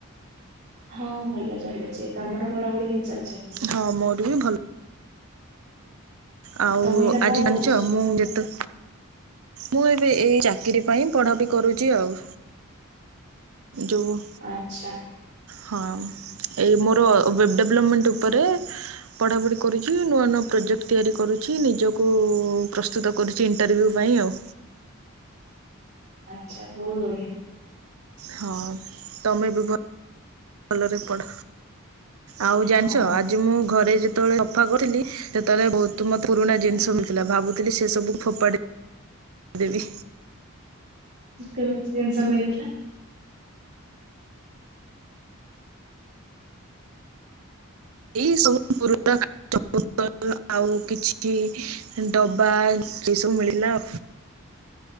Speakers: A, on the right; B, on the right.
A: ହଁ ଭଲ ଚାଲିଚି ତମର ପଢାପଢି କେମତି ଚାଲଚି?
B: ହଁ ମୋର ବି ଭଲ। ଆଉ
A: ତମେ ଏଇନା କଣ
B: ଆଜି ଜାଣିଚ
A: ପଢୁଛ?
B: ମୁଁ ଯେତେ ମୁଁ ଏବେ ଏଇ ଚାକିରି ପାଇଁ ପଢା ବି କରୁଚି ଆଉ। ଯୋଉ।
A: ଆଚ୍ଛା।
B: ହଁ ଏଇ ମୋର ୱେବ ଡେଭଲପମେଣ୍ଟ ଉପରେ ପଢା ପଢି କରୁଚି ନୂଆ ନୂଆ ପ୍ରୋଜେକ୍ଟ ତିଆରି କରୁଛି ନିଜକୁ ପ୍ରସ୍ତୁତ କରୁଚି ଇଣ୍ଟରଭ୍ୟୁ ପାଇଁ ଆଉ।
A: ଆଚ୍ଛା ବହୁତ ବଢିଆ।
B: ହଁ ତମେ ବି ଭଲରେ ପଢ। ଆଉ ଜାଣିଚ
A: ହଁ
B: ଆଜି ମୁଁ ଘରେ ଯେତବଳେ ସଫା କରୁଥିଲି ସେତବଳେ ବହୁତ ମୋ ପୁରୁଣା ଜିନିଷ
A: ହୁଁ,
B: ମିଳି ଥିଲା ଭାବୁଥିଲି ସେସବୁ ଫୋପାଡି ଦେବି।
A: କେମିତି ଜିନିଷ ମିଳିଥିଲା?
B: ଏଇ ସବୁ ପୁରୁଣା <inaudible> କାଚ ବୋତଲ ଆଉ କିଛି ଡବା ଏସବୁ ମିଳିଲା।